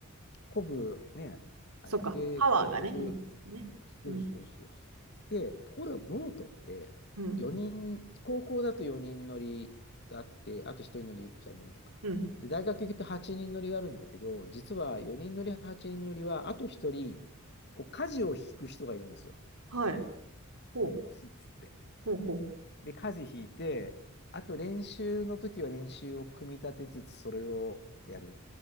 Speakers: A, on the left; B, on the right.
A: こぐ、ね、あれが。
B: そっか。
A: で、
B: パワーがね、
A: 結局、
B: いりますよね。
A: そうそうそうそう。
B: うん。
A: で、ところがボートって4人、
B: うん。
A: 高校だと4人乗りがあって、あと1人乗り、2人乗りとか。
B: うん。
A: で、大学行くと8人乗りがあるんだけど、実は4人乗り、8人乗りは、あと1人、こう、舵を引く人がいるんですよ。
B: はい。ほう。
A: コックスっつって。
B: ほうほ
A: で、舵引いて、あと練習の時は練習を組み立てつつ、それをやる。